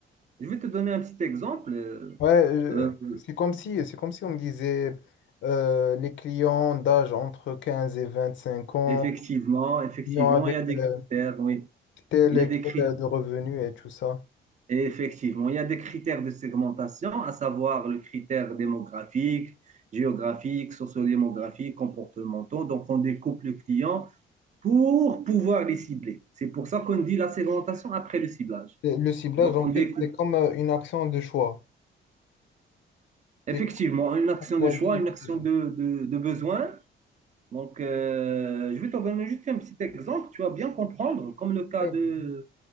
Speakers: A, on the right; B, on the left.
A: Je vais te donner un petit exemple. Euh,
B: ouais,
A: euh,
B: je- c'est comme si, c'est comme si on me disait euh, les clients d'âge entre 15 et 25 ans,
A: effectivement, effectivement,
B: clients avec
A: il y a des
B: euh,
A: critères. Oui,
B: tel
A: il y
B: et
A: a des critères
B: quel euh, de revenus et tout ça.
A: Et Effectivement, il y a des critères de segmentation, à savoir le critère démographique, géographique, sociodémographique, comportementaux. Donc, on découpe le client pour pouvoir les cibler. C'est pour ça qu'on dit la segmentation après le ciblage.
B: Et Le ciblage,
A: Donc,
B: en
A: on
B: fait,
A: découpe
B: c'est comme euh, une action de choix.
A: effectivement
B: C'est
A: une
B: qu'on
A: action
B: choisit
A: de choix, une
B: le
A: action
B: ciblage.
A: de, de, de besoin. Donc, euh, je vais te donner juste un petit exemple, tu vas bien comprendre, comme le cas
B: Ouais,
A: de,
B: vas-y,